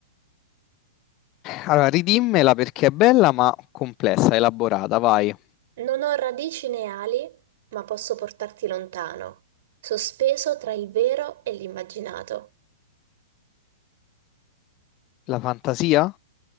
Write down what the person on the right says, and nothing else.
Non ho radici né ali, ma posso portarti lontano, sospeso tra il vero e l'immaginato.